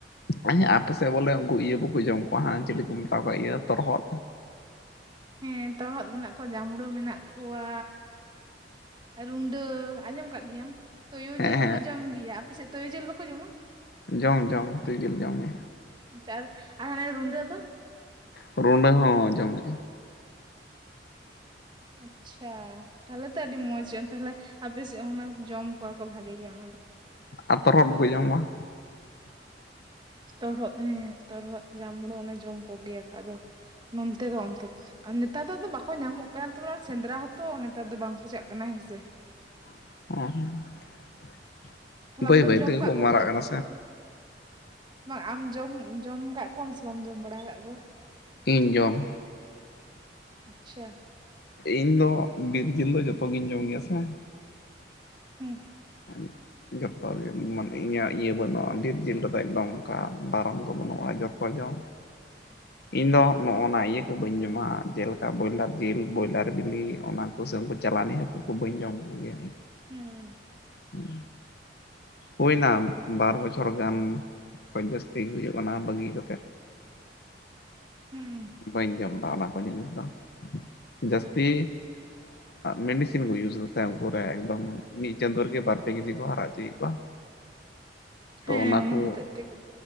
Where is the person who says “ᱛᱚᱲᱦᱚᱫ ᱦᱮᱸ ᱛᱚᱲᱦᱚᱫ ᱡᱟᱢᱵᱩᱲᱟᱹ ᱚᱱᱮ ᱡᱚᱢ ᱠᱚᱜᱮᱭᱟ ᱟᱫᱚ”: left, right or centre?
Right